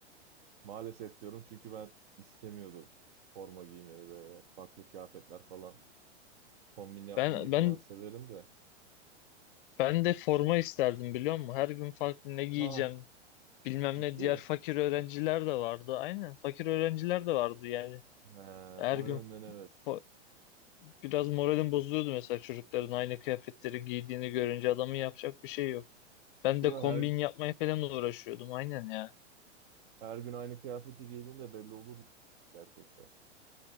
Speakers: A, on the right (about 60°); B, on the left (about 50°).
A: Maalesef diyorum çünkü ben istemiyordum forma giymeyi ve farklı kıyafetler falan kombin yapmayı
B: Ben
A: falan
B: ben
A: severim de.
B: ben de forma isterdim biliyor musun? Her gün farklı ne giyeceğim
A: Ha
B: bilmem
A: ciddi
B: ne. Diğer
A: mi?
B: fakir öğrenciler de vardı. Aynen fakir öğrenciler de vardı yani.
A: He,
B: Her
A: o
B: gün
A: yönden evet.
B: fo- biraz moralim bozuluyordu mesela çocukların aynı kıyafetleri giydiğini görünce adamın yapacak bir şey yok. Ben
A: Değil
B: de
A: mi?
B: kombin
A: Her,
B: yapmaya falan uğraşıyordum aynen ya.
A: her gün aynı kıyafeti giydiğinde belli olur gerçekten.